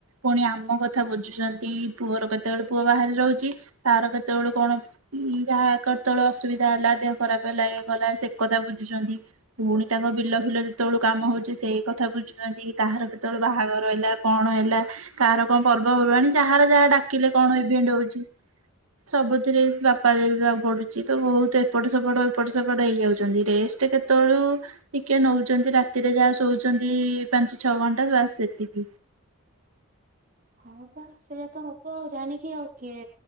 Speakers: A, on the right; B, on the right.
A: ପୁଣି ଆମ କଥା ବୁଝୁଚନ୍ତି ପୁଅର କେତେବେଳେ ପୁଅ ବାହାରେ ରହୁଚି ତାର କେତେବେଳୁ କଣ ଉ ଯାହା କେତେବେଳେ ଅସୁବିଧା ହେଲା ଦେହ ଖରାପ ହେଲା ଏ କଲା ସେ କତା ବୁଝୁଚନ୍ତି ପୁଣି ତାଙ୍କ ବିଲ ଫିଲ ଯେତବେଳୁ କାମ ହଉଚି ସେଇ କଥା ବୁଝୁଚନ୍ତି କାହାର କେତବେଳେ ବାହାଘର ହେଲା କଣ ହେଲା କାହାର କଣ ପର୍ବ
B: ହୁଁ
A: ପର୍ବାଣି ଯାହାର ଯାହା ଡାକିଲେ କଣ ଇଭେଣ୍ଟ ହଉଚି ସବୁ ଥିରେ ବାପା ଦେଖିବାକୁ ପଡୁଚି ତ ବହୁତ ଏପଟ ସେପଟ ଏପଟ ସେପଟ ହେଇଯାଉଚନ୍ତି ରେଷ୍ଟ କେତବେଳୁ ଟିକେ ନଉଚନ୍ତି ରାତିରେ ଯାହା ଶୋଉଚନ୍ତି ପାଞ୍ଚ ଛଅ ଘଣ୍ଟା ବାସ୍ ସେତିକି।
B: ହଁ ପା ସେଇଆା ତ ହବ ଆଉ ଜାଣିକି ଆଉ କିଏ